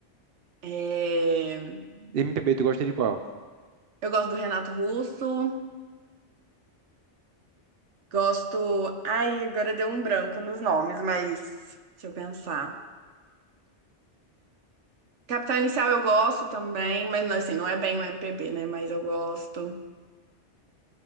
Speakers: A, on the right (about 75°); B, on the right (about 60°).
A: É,
B: MPB, tu gosta de qual?
A: Eu gosto do Renato Russo, gosto. Ai, agora deu um branco nos nomes, mas deixa eu pensar. Capital Inicial eu gosto também, mas não, assim, não é bem o MPB, né? Mas eu gosto.